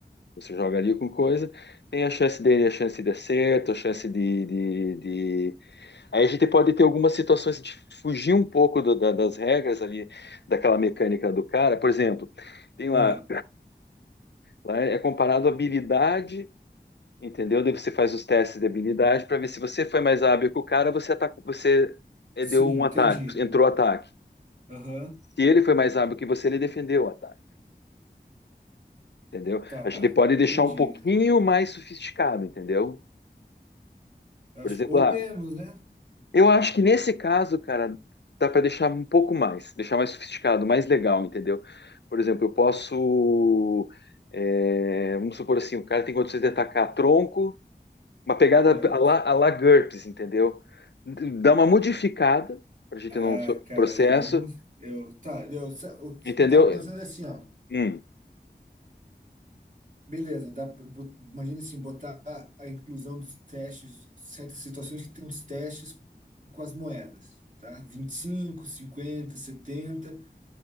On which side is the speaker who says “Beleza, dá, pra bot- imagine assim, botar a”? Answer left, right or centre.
Right